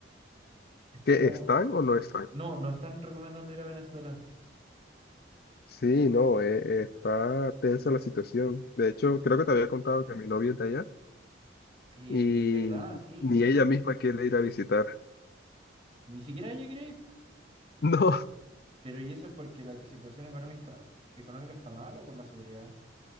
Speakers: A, on the right (about 30°); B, on the left (about 50°).
A: Está
B: ¿Que
A: como...
B: están o no están?
A: No, no están recomendando ir a Venezuela.
B: Sí, no, eh, está tensa
A: Están...
B: la situación. De hecho,
A: Sí,
B: creo que te había contado que mi novia es de allá
A: eh,
B: y
A: verdad, sí.
B: ni ella misma quiere ir a visitar. <laughs>
A: Ni siquiera ella quiere ir.
B: No,
A: Pero ¿y eso es porque la situación económica está, económica está mal o por la seguridad?